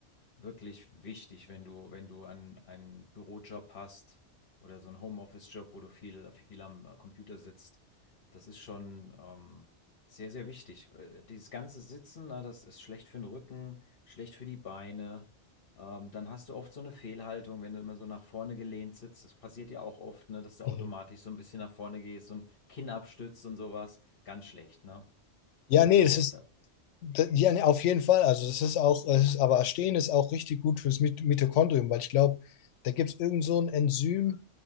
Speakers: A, on the left; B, on the left.
A: wirklich wichtig, wenn du, wenn du einen, einen Bürojob hast oder so einen Homeoffice-Job, wo du viel, viel am äh, Computer sitzt. Das ist schon ähm, sehr, sehr wichtig. Äh, Dieses ganze Sitzen, na, das ist schlecht für den Rücken, schlecht für die Beine. Ähm, dann hast du oft so eine Fehlhaltung, wenn du immer so nach vorne gelehnt sitzt. Das passiert ja auch oft, ne, dass du
B: Mhm.
A: automatisch so ein bisschen nach vorne gehst und Kinn abstützt und sowas. Ganz schlecht, ne?
B: Ja,
A: Also,
B: nee, das ist,
A: da,
B: Da- Ja, ne, auf jeden Fall. Also das ist auch, es ist, aber Arsen ist auch richtig gut fürs Mit- Mitochondrium, weil ich glaube, da gibt es irgend so ein Enzym